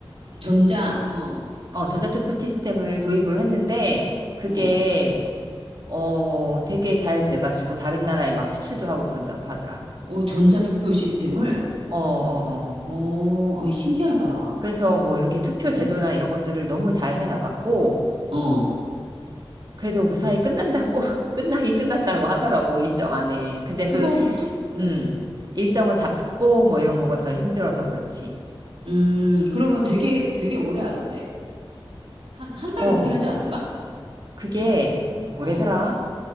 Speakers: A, on the right; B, on the right.
A: 전자, 어,
B: 어, 전자투표 시스템을 도입을 했는데, 그게,
A: 어,
B: 어, 되게 잘 돼가지고 다른 나라에 막 수출도 하고 그런다고 하더라.
A: 어, 전자 투표 시스템을,
B: 어, 어, 어.
A: 어, 어이, 신기하다.
B: 그래서 뭐 이렇게 투표
A: 어,
B: 제도나 이런 것들을 너무 잘 해나갔고,
A: 어.
B: 그래도 무사히 끝난다고, <laughs> 끝나긴 끝난다고 하더라고, 일정 안에. 근데 그
A: 그거, 뭐 투, 음,
B: 음. 일정을 잡고 뭐 이런 거가 더 힘들어서 그렇지.
A: 음, 그러면 되게, 되게 오래 하던데. 한, 한 달
B: 어,
A: 넘게 하지 않을까?
B: 그게 뭐래더라?
A: 어,